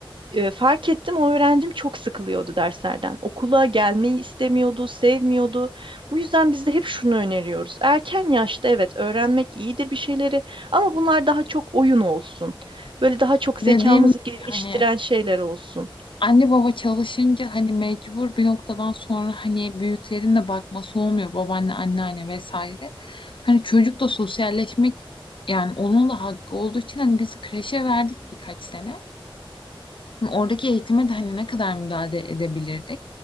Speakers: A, on the right (about 60°); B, on the left (about 65°).
A: E, fark ettim o öğrencim çok sıkılıyordu derslerden. Okula gelmeyi istemiyordu, sevmiyordu. Bu yüzden biz de hep şunu öneriyoruz. Erken yaşta evet öğrenmek iyidir bir şeyleri ama bunlar daha çok oyun olsun. Böyle daha çok
B: Dediğim
A: zekamızı
B: gibi
A: geliştiren
B: hani
A: şeyler olsun.
B: Anne baba çalışınca hani mecbur bir noktadan sonra hani büyüklerin de bakması olmuyor babaanne anneanne vesaire. Hani çocuk da sosyalleşmek yani onun da hakkı olduğu için hani biz kreşe verdik birkaç sene. Hani Oradaki eğitime de hani ne kadar müdahale edebilirdik.